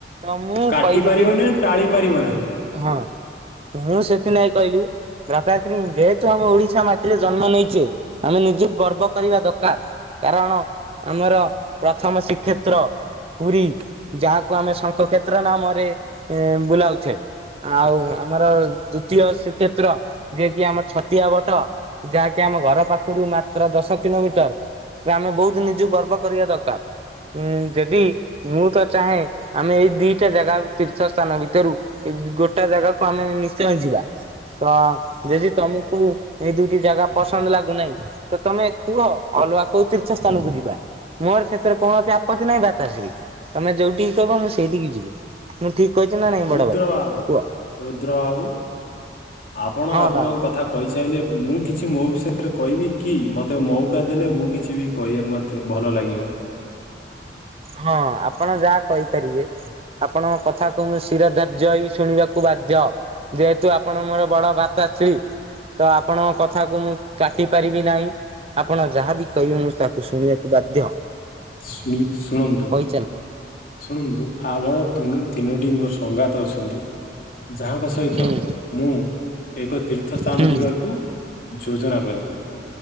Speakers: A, on the right (about 35°); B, on the left (about 50°).
A: ତ ମୁଁ
B: କାଟି
A: କହିଲି
B: ପାରିବନି
A: କି
B: ଟାଳି ପାରିବ ନାହିଁ
A: ହଁ ମୁଁ ସେଥି ନାଗି କହିଲି ଭ୍ରାତାଶ୍ରୀ ଯେହେତୁ ଆମ ଓଡିଶା ମାଟିରେ ଜନ୍ମ ନେଇଚେ ଆମେ ନିଜୁକୁ ଗର୍ବ କରିବା ଦକାର କାରଣ ଆମର ପ୍ରଥମ ଶ୍ରୀକ୍ଷେତ୍ର ପୁରୀ ଯାହାକୁ ଆମେ ଶଙ୍ଖ କ୍ଷେତ୍ର ନାମରେ ଏଁ ବୁଲାଉଛେ। ଆଉ ଆମର ଦ୍ଵିତୀୟ ଶ୍ରୀକ୍ଷେତ୍ର ଯିଏ କିି ଆମର ଛତିଆ ବଟ। ଯାହାକି ଆମ ଘର ପାଖରୁ ମା ଦଶ କିଲୋମିଟର ଆମେ ବହୁତ ନିଜକୁ ଗର୍ବ କରିବା ଦରକାର ଉଁ ଯଦି ମୁଁ ତ ଚାହେଁ ଆମେ ଏଇ ଦିଟା ଜାଗା ତୀର୍ଥ ସ୍ଥାନ ଭିତରୁ ଗୋଟା ଜାଗାକୁ ଆମେ ନିଶ୍ଚୟ ଯିବା। ତ ଯଦି ତମକୁ ଏଇ ଦୁଇଟି ଜାଗା ପସନ୍ଦ ଲାଗୁନାହିଁ ତ ତମେ କୁହ ଅଲୁଆ କୋଉ ତୀର୍ଥ ସ୍ଥାନକୁ ଯିବା। ମୋର ସେଥିରେ କୌଣସି ଆପତ୍ତି ନାହିଁ ଭ୍ରାତାଶ୍ରୀ ତମେ ଯୋଉଠିକି କହିବ ମୁଁ ସେଇଠିକି ଯିବି। ମୁଁ ଠିକ କହିଛି ନାଇଁ ବଡ
B: ରୁଦ୍ର
A: ଭାଇ
B: ବାବୁ
A: କୁହ
B: ରୁଦ୍ର ବାବୁ ଆପଣ
A: ହଁ
B: ଆପଣଙ୍କ
A: ବାବୁ
B: କଥା କହିସାରିଲେ ମୁଁ କିଛି ମୋ ବିଷୟରେ କହିବି କି ମତେ ମଉକା ଦେଲେ ମୁଁ କିଛି ବି କହିବାକୁ ମୋତେ ଭଲ ଲାଗିବ।
A: ହଁ ଆପଣ ଯାହା କହିପାରିବେ ଆପଣଙ୍କ କଥାକୁ ମୁଁ ଶିର ଧାର୍ଯ୍ୟ ହେଇ ଶୁଣିବାକୁ ବାଧ୍ୟ। ଯେହେତୁ ଆପଣ ମୋର ବଡ ଭାତାଶ୍ରୀ। ତ ଆପଣଙ୍କ କଥାକୁ ମୁଁ କାଟି ପାରିବି ନାହିଁ ଆପଣ ଯାହାବି କହିବେ ମୁଁ ତା ମୁଁ ଶୁଣିବାକୁ ବାଧ୍ୟ।
B: ଶୁଣି ଶୁଣନ୍ତୁ।
A: ଚାଲ
B: ଶୁଣନ୍ତୁ ଆମର ତିନି ତିନୋଟି ମୋର ସଂଘାତ ଅଛନ୍ତି। ଯାହାଙ୍କ ସହିତ
A: ହୁଁ।
B: ମୁଁ ଏକ ତୀର୍ଥ ସ୍ଥାନ
A: ହୁଁ
B: ଯିବାକୁ ଯୋଜନା କଲି।